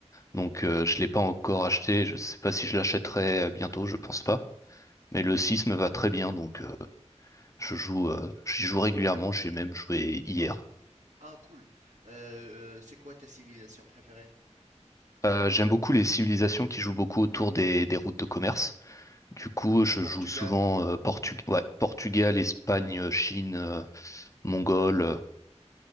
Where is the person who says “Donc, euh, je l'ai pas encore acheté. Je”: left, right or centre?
Left